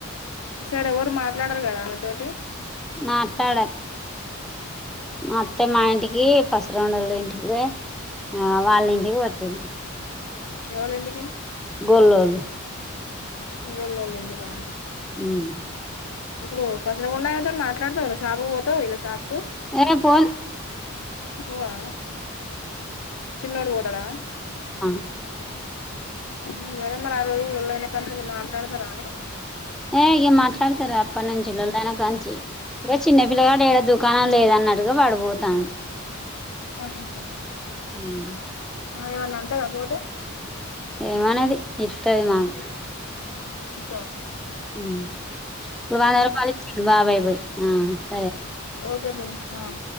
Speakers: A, on the left (about 75°); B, in the centre.
A: సరే ఎవరు మాట్లాడారు కదా అమెతోటి
B: మాట్లాడ మత్తే మాయింటికి ఎహ్ పసురండళ ఇంటికి ఆహ్ వాళ్ళ ఇం ఇ అతుది
A: ఎవళ ఇంటికి
B: గొల్లొలు
A: గొల్లొల ఇంటిక
B: హమ్
A: ఇప్పుడు పసలగుండామెతోనీ మాట్లాడతావ నువు షాపుకి పోతవ వీళ్ళ షాప్కు
B: ఏ పోన్
A: పోవా చిన్నోడు పోతడా
B: ఆహ్
A: హమ్ లేదా మరి ఆ రోజులొల్లయిన కాని నుంచి మాట్లాడతారానే
B: ఎహ్ ఇగా మాట్లాడతలె అప్పటినుంచి లొల్లి అయినా కాంచి ఇంక చిన్న పిల్లగాడు ఏడ దుకాణం లేదనట్టుగ వాడుపోతాండు
A: ఆహ్ ఆహ్ ఆహ్
B: హమ్
A: ఆహ్ ఏమన్నా అంటదా పోతే
B: ఏమనది ఇత్తది మాకు
A: ఇత
B: హమ్ ఇప్పుడు వందరూపాయలు ఇచ్చిండు బాబాయ్ పోయి ఆహ్
A: ఓకే పిన్ని ఆహ్